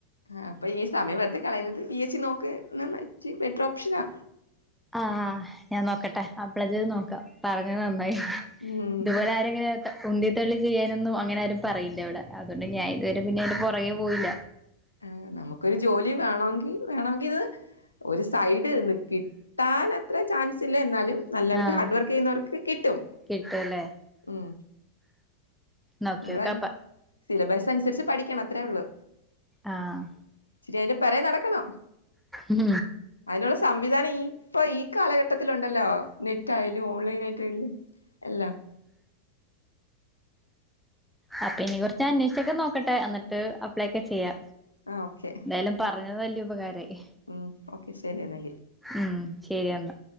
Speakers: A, on the left; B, in the centre.
A: ആഹ് അപ്പൊ ഈ സമയം വെറുതെ കളയുന്നത് പി എസി നോക്ക് ബെറ്റർ ഓപ്ഷനാ
B: ആഹ് ആഹ് ഞാൻ നോക്കട്ടെ അപ്ലെ ചെയ്തു നോക്കാം പറഞ്ഞത് നന്നായി
A: ഉം
B: ഇതുപോലെ ആരും ഇങ്ങനെ ഉന്തിത്തള്ളി ചെയ്യാനൊന്നും അങ്ങനെ ആരും പറയില്ല ഇവടെ അതോണ്ട് ഞാൻ ഇതുവരെ പിന്നെ ഇതിന്റെ പുറകെ പോയില്ല
A: ആഹ് നമുക്കൊരു ജോലി വേണോങ്കി വേണോങ്കി ഇത് ഒരു സൈഡ് നി കിട്ടാൻ അത്ര ചാൻസ് ഇല്ല എന്നാലും നല്ലോണക്ക്
B: ആഹ്
A: ഹാർഡ് വർക്ക് ചെയ്യുന്നവർക്ക് കിട്ടും
B: കിട്ടുവല്ലേ
A: ഉം
B: നോക്കിയോക്കാപ്പ
A: നമ്മളയിൻ സിലബസ് അനുസരിച്ച് പഠിക്കണം അത്രേ ഉള്ളൂ
B: ആഹ്
A: ഇച്ചിരി അയിന്റെ പിറകെ നടക്കണം
B: ഉം
A: അയിനുള്ള സംവിധാനം ഇ ഇപ്പൊ ഈ കാലഘട്ടത്തിലുണ്ടല്ലോ നെറ്റായാലും ഓൺലൈൻ ആയിട്ടായാലും എല്ലാം
B: ആ പിന്നെ ഇവിടത്തെ അന്വേഷിച്ചൊക്കെ നോക്കട്ടെ അന്നിട്ട് അപ്ലൈ ഒക്കെ ചെയ്യാ
A: ആഹ് ഓക്കെ
B: ഏന്തായാലും പറഞ്ഞത് വല്യ ഉപകാരായി
A: ഉം ഓക്കെ ശരി എന്നങ്കി
B: ഉം ശരി എന്നാ